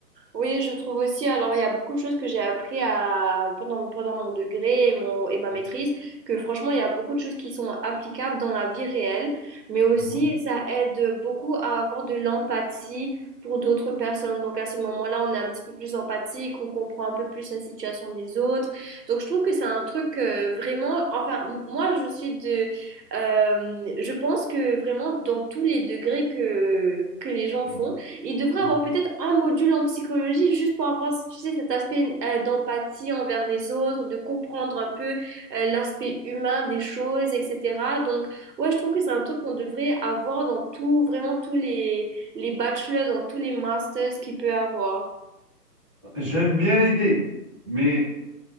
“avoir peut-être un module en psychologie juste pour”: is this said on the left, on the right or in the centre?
Right